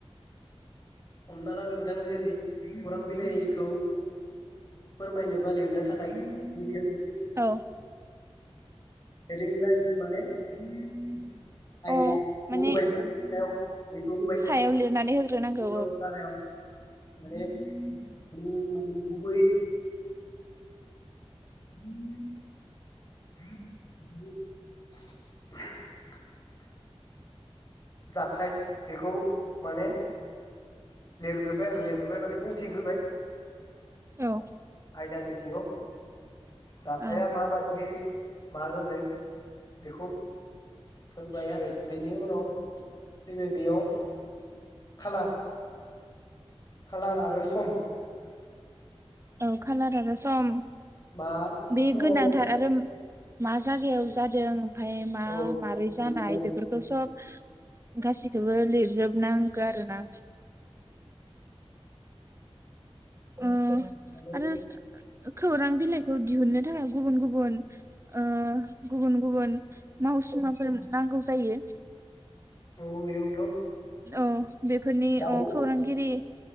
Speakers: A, on the left; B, on the right.
A: हमना ला नोंथां जेरै खौरां बिलाइखौ फोरमायनोबा लिरनो थाखाय गिबिआवनो।
B: औ
A: हेदिं लाइन्स <inaudible> आयदाखौ
B: अ माने
A: होबाय मारि सायाव बेखौ होबाय
B: सायाव लिरनानै होग्रोनांगौ
A: उनाव गाहायाव माने <unintelligible> गुबै <inaudible> जाथाय बेखौ माने लिरग्रोबाय आरो लिरग्रोबाय माने बुंथिग्रोबाय ।
B: औ
A: आयदानि सिङाव जाथाया
B: औ
A: माबादियै मा जादों बेखौ होबाय आरो बेनि उनाव फैबाय बेयाव खालार, खालार आरो सम ।
B: औ कालार आरो सम
A: मा
B: बे
A: समाव
B: गोनांथार
A: जादों
B: आरो मा जागायाव जादों, ओमफाय मा
A: औ
B: मारै जानाय
A: बिदिनो
B: बेफोरखौ सब गासिखौबो लिरजोब नांगोन आरो ना। ओ
A: माने
B: आरो खौरां बिलाइखौ दिहुननो थाखाय गुबुन गुबुन ओ गुबुन गुबुन मावसुमाफोर नांगौ जायो।
A: औ बेयाव
B: औ बेफोरनि
A: दानि
B: औ खौरांगिरि